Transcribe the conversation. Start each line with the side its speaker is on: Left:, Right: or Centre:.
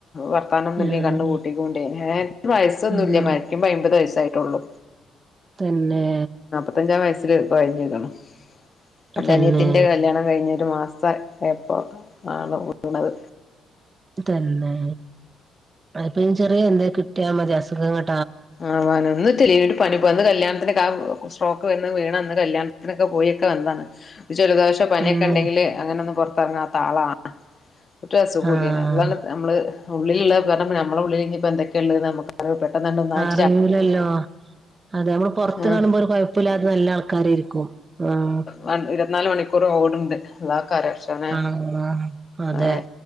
Left: വർത്താനം ഒന്നുന്നല്ല
Right: ആഹ്
Left: കണ് പൂട്ടിക്കൊണ്ടേ ഏ വയസ്സ് ന്നുല്ല
Right: ആഹ്
Left: മാരിക്കുമ്പ അമ്പത് വയസ്സായിട്ടുള്ളൂ
Right: തന്നെ
Left: പത്തഞ്ചാം വയസ്സിൽ കുഴഞ്ഞിരിക്ണ് അപ്പ
Right: തന്നെ
Left: അനയത്തിൻ്റെ കല്യാണം കഴിഞ്ഞൊരു മാസ എപ്പൊ ആകെ പൊട്ടുന്നത്
Right: തന്നേ അത് ചെറിയ എന്തെങ്കിലും കിട്ടിയ മതി അസുഖങ്ങൾ
Left: ആവാന് ഇന്നെത്ത് ലീവ് ഒരു പണിപ്പൊ ഇന്ന് കല്യാണത്തിനൊക്കാ സ്ട്രോക്ക് വന്ന് വീണന്ന് കല്യാണത്തിനൊക്കെ പോയി വന്നതാന്ന് ഒരു ജലദോശോ പനിയൊക്കെണ്ടെങ്കില്
Right: തന്നെ
Left: അങ്ങനൊന്നും പൊർത്തെറങ്ങാത്താളാണ് ഒറ്റ അസുഖൂല്ലായിനിഅതാണ്
Right: ആഹ്
Left: നമ്മള് ഉള്ളില ഉുള്ള പറ നമ്മള ഉള്ളിൽ ഇനി എന്തൊക്കെയ ഉള്ളത് നമുക്ക് അറി പെട്ടണ്ട നന്നായി
Right: അറിലല്ലോ അതെ നമ്മള് പുറത്ത്
Left: ആഹ്
Right: കാണുമ്പോൾ ഒരു കുഴപ്പില്ലാതെ നല്ല ആൾക്കാരായിരിക്കും ആഹ്
Left: വൺ ഇരുപതിനാല് മണിക്കൂറും ഓടുണ്ട് അള്ളകാര കത്തോണേ
Right: ആഹ് അതെ
Left: ആഹ്